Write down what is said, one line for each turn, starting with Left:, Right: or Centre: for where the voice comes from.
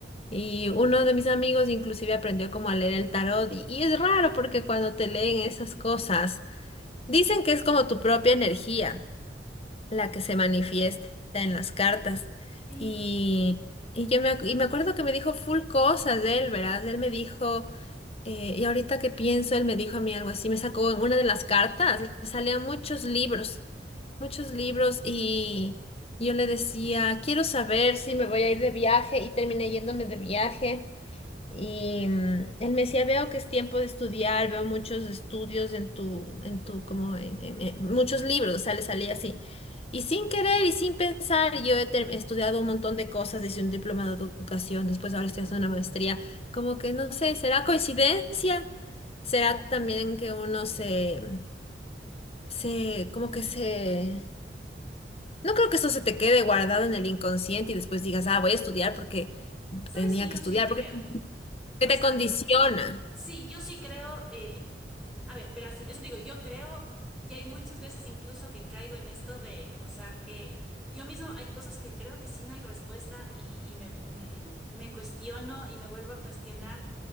Left: Y uno de mis amigos inclusive aprendió como a leer el tarot y, y es raro porque cuando te leen esas cosas, dicen que es como tu propia energía la que se manifiesta en las cartas.
Centre: sí.
Left: Y, y yo me, ac- y me acuerdo que me dijo full cosas de él, ¿verdad? Él me dijo, eh, y ahorita que pienso, él me dijo a mí algo así, me sacó en una de las cartas, le salían muchos libros, muchos libros, y yo le decía, quiero saber si me voy a ir de viaje, y terminé yéndome de viaje. Y mm, él me decía, veo que es tiempo de estudiar, veo muchos estudios en tu, en tu, como en, en- en- muchos libros, sale, salía así. Y sin querer y sin pensar, yo he, ter- he estudiado un montón de cosas, hice un diplomado de educación, después ahora estoy haciendo una maestría, como que no sé, ¿será coincidencia? ¿Será también que uno se, se, como que se... No creo que eso se te quede guardado en el inconsciente y después digas, ah, voy a estudiar porque
Centre: Sabes
Left: tenía
Centre: que yo
Left: que estudiar,
Centre: sí creo.
Left: porque que
Centre: O
Left: te
Centre: sea,
Left: condiciona.
Centre: Sí, yo sí creo, eh, a ver, verás, eso digo, yo creo, y hay muchas veces incluso que caigo en esto de, o sea, que yo mismo hay cosas que creo que sí no hay respuesta y, y me, me, me cuestiono y me vuelvo a cuestionar,